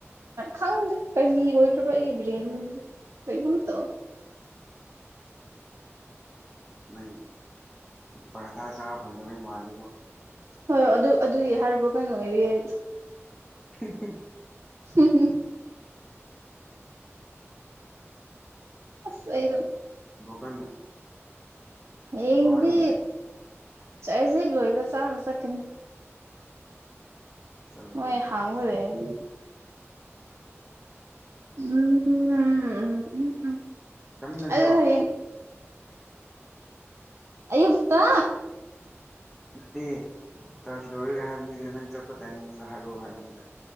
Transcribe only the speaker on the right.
ꯈꯪꯗꯦ ꯀꯔꯤ ꯑꯣꯏꯈ꯭ꯔꯕ ꯑꯩꯒꯤ ꯕ꯭ꯔꯦꯟꯁ‌ꯦ ꯉꯁꯤꯁ‌ꯦ ꯀꯩꯅ‌ꯣꯝ ꯇꯧꯌ‌ꯦ
ꯍꯣꯏ ꯑꯗꯨ ꯑꯗꯨꯒꯤ ꯍꯥꯔꯠꯕꯔ‌ꯣꯛ ꯀꯟꯅ ꯑꯣꯏꯔꯤꯌꯦ
<unintelligible> ꯑꯁ ꯑꯩꯗ‌ꯣ
ꯍꯌꯦꯡꯗꯤ
ꯆꯔꯁ ꯍꯦꯛ ꯂꯣꯏꯕꯒ ꯆꯥꯕ ꯆꯠꯀꯅꯤ
ꯃ‌ꯣꯏ
ꯍꯥꯡꯐꯧ ꯂꯩꯔꯅꯤ ꯎꯝ ꯎꯝ ꯎꯝ ꯎꯝ
ꯑꯗꯨ ꯍꯌꯦꯡ ꯑꯌꯨꯛꯇ